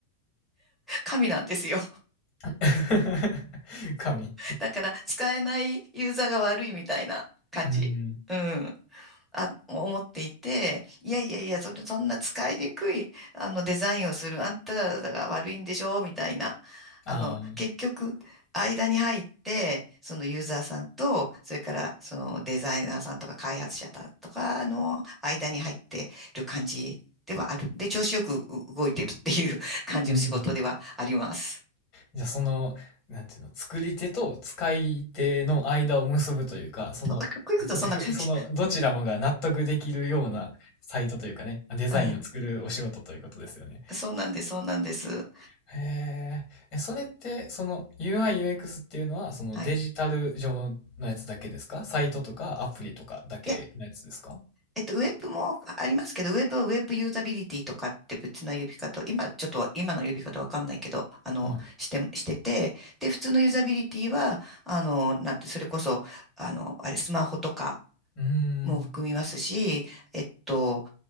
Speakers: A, in the centre; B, on the left.
A: 神なんですよ。
B: <laughs> 神。
A: だから、使えないユーザーが悪いみたいな感じ。
B: うん。
A: うん。あ、思っていて、いやいやいや、それ、そんな使いにくい、あの、デザインをする、あんたらが悪いんでしょ、みたいな。
B: ああ、
A: あの、結局、間に入って、そのユーザーさんと、それから、そのデザイナーさんとか開発者さんとかの間に入ってる感じではある。で、調子よくう動いてるっていう <laughs> 感じの仕事ではあります。
B: うん。じゃあ、その、なんていうの、作り手と使い手の間を結ぶというか、その、
A: そうかっこいいことそんな感じ。
B: そふその、どちらもが納得できるようなサイトというかね、デザインを作るお仕事ということですよね。
A: うん。そうなんです、そうなんです。
B: へーえ、えそれって、その UI、UX っていうのは、そのデジタル上のやつだけですかサイトとかアプリとかだけのやつですか
A: はい。いやえっと、ウェブもありますけど、ウェブはウェブユーザビリティとかって別な呼び方を、今ちょっと今の呼び方わかんないけど、あの、
B: はい。
A: して、してて、で、普通のユーザビリティは、あの、なんて、それこそ、あの、あれ、スマホとか
B: うーん。
A: も含みますし、えっと、